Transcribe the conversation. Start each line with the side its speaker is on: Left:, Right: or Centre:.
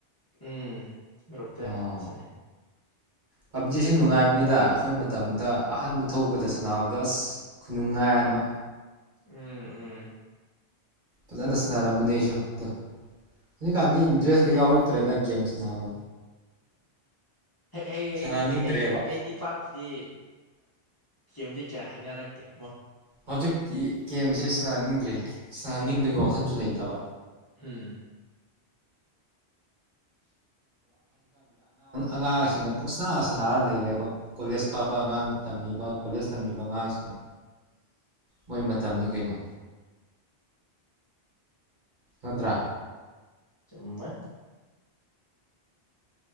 Left: ꯎꯝ ꯒ꯭ꯔꯨꯞꯇ
Right: ꯑꯣ
Left: ꯁꯥꯟꯅꯩ
Right: ꯄꯞꯖꯤꯁꯤ ꯅꯨꯡꯉꯥꯏꯕꯅꯤꯗ ꯑꯩꯈꯣꯏ ꯃꯇꯝꯗ ꯑꯍꯥꯟꯕ ꯊꯣꯛꯄꯗ ꯁꯥꯟꯅꯕꯗ ꯑꯁ ꯈꯨꯅꯨꯡꯉꯥꯏ ꯑꯃ
Left: ꯎꯝ ꯎꯝ
Right: ꯐꯖꯅ ꯁꯅꯔꯝꯕꯅꯤ ꯑꯩꯁꯨ ꯑꯗꯣ ꯍꯧꯖꯤꯀꯥꯟꯗꯤꯟ ꯗ꯭ꯔꯦꯁ ꯀꯌꯥ ꯌꯥꯎꯔꯛꯇꯦ ꯇ꯭ꯔꯦꯗ ꯒꯦꯝꯁ ꯅꯥꯕ
Left: ꯑꯩ
Right: ꯁꯥꯟꯅꯅꯤꯡꯗ꯭ꯔꯦꯕ
Left: ꯑꯩꯕꯨꯗꯤ ꯑꯩꯁꯨ ꯀꯩꯗꯤ ꯄꯥꯛꯄꯨꯗꯤ ꯆꯦꯝꯗꯤ ꯀꯌꯥ ꯍꯥꯏꯅꯔꯛꯇꯦ
Right: ꯍꯧꯖꯤꯛꯇꯤ ꯒꯦꯝꯁꯦ ꯁꯥꯟꯅꯅꯤꯡꯗ꯭ꯔꯦ ꯁꯥꯟꯅꯅꯤꯡꯕꯒꯤ ꯋꯥꯈꯟꯁꯨ ꯂꯩꯇꯕ
Left: ꯍꯝ
Right: ꯑꯉꯥꯡꯁꯤꯡꯗ ꯄꯨꯡꯁꯅꯥꯁꯥꯟꯅꯥꯔ ꯂꯩꯔꯦꯕ ꯀꯣꯂꯦꯖ ꯀꯥꯕ ꯑꯉꯥꯡ ꯇꯝꯃꯤꯕ ꯀꯣꯂꯦꯖ ꯇꯝꯃꯤꯕ ꯑꯉꯥꯡꯁꯤꯡꯅ ꯃꯣꯏ ꯃꯇꯝꯅꯤ ꯀꯩꯅꯣ ꯈꯠꯇ꯭ꯔꯥ
Left: ꯆꯨꯝꯃꯦ